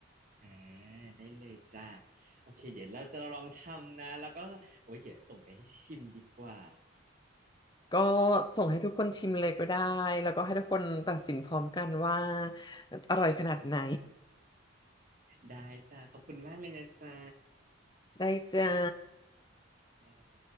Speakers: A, on the right (about 40°); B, on the left (about 20°).
A: อ่าได้เลยจ้าโอเคเดี๋ยวเราจะลองทำนะแล้วก็โอ้ยเดี๋ยวส่งไปให้ชิมดีกว่า
B: ก็ส่งให้ทุกคนชิมเลยก็ได้ แล้วก็ให้ทุกคนตัดสินพร้อมกันว่าอร่อยขนาดไหน
A: ได้จ้าขอบคุณมากเลยนะจ๊ะ
B: <laughs> ได้จ้า
A: แหม